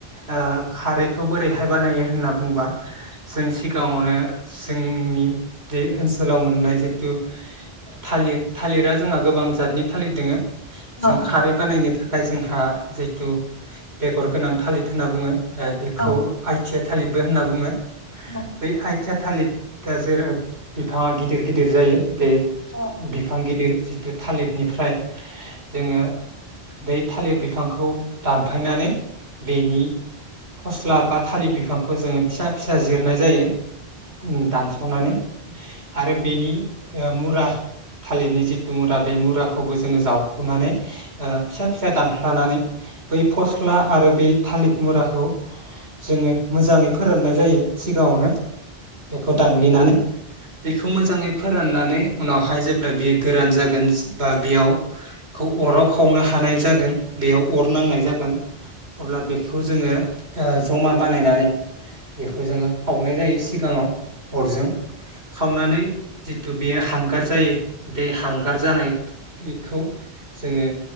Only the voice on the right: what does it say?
ओ खारैखौ बोरैहाय बानायो होनना बुंबा जों सिगाङावनो जोंनि बे ओनसोलाव मोननाय जितु थालिर थालिरा जोंहा गोबां जातनि थालिर दोङो। जों
खारै बानायनो था खाय जोंहा जिथु बेगर गोनां थालिर होनना बुङो बेखौ
आइथिया थालिरबो होनना बुङो।
बै आथिया थालिर दा जेराब बिफाङा गिदिर-गिदिर जायो। बे
बिफां गिदिर। जितु थालिथनिफ्राय। जोङो बै थालिर बिफांखौ दानफायनानै बेनि फस्ला बा थालिर बिफांखौ जोङो फिसा फिसा जिरनाय जायो। उम दानस'नानै आरो बेनि ओ मुरा थालिरनि जिथु मुरा बे मुराखौबो जों जोङो जावहखुनानै ओ फिसा फिसा दानफ्लानानै बै फस्ला आरो बै थालिर मुराखौ जोङो मोजाङै फोराननाय जायो सिगाङावनो। बेखौ दानग्लिनानै। बेखौ मोजाङै फोराननानै उनावहाय जेब्ला बियो गोरान जागोन बा बेयाव। खौ अराव खावनो हानाय जागोन बेयाव अर नांनाय जागोन अब्ला बेखौ जोङो ओ जमा बानायनानै बेखौ जोङो खावनाय जायो सिगाङाव अरजों। खावनानै जि थु बेयो हांगार जायो बे हांगार जानाय <unintelligible> खौ जोङो